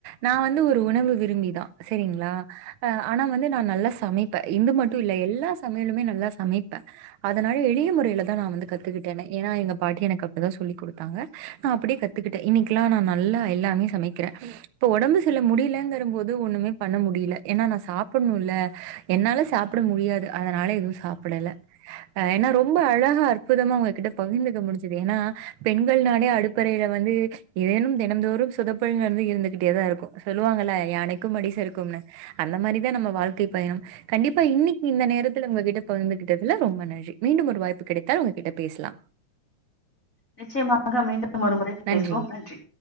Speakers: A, on the right; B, on the left.
A: நா வந்து ஒரு உணவு விரும்பிதா சேரிங்ளா ஆ ஆனா வந்து நா நல்லா சமைப்பே இந்து மட்டு இல்ல எல்லா சமையலுமே நல்லா சமைப்பே அதனால எளிய முறையில தா நா வந்து கத்துக்கிட்டேனே ஏன்னா எங்க பாட்டி எனக்கு அப் டிதா சொல்லி குடுத்தாங்க நா அப்டியே கத்துக்கிட்டே இன்னைக்ல்லா நா நல்லா எல்லாமே சமைக்றே இப்ப ஒடம்பு சில முடியலங்ற போது ஒன்னுமே பண்ண முடில ஏன்னா நா சாப்புணுல்ல என்னால சாப்ட முடியாது அதனால எதுவு சாப்புடல ஆ ஏன்னா ரொம்ப அழகா அற்புதமா உங்ககிட்ட பகிர்ந்துக்க முடிஞ்சுது ஏன்னா பெண்கள்னாளே அடுப்பறையில வந்து ஏதேனும் தினந்தோறும் சுதப்பல் வந்து இருந்துகிட்டேதா இருக்கு சொல்லுவாங்கல்ல யானைக்கும் அடி சறுக்கும்னு அந்த மாரிதா நம்ம வாழ்க்கை பயணம் கண்டிப்பா இன்னைக்கி இந்த நேரத்துல உங்க கிட்ட பகிர்ந்துகிட்டதுல ரொம்ப நன்றி மீண்டும் ஒரு வாய்ப்பு கிடைத்தால் உங்ககிட்ட பேச்லா
B: நிச்சயமாக மீண்டும் ஒரு முறை
A: நன்றிங்க.
B: பேசுவோம் நன்றி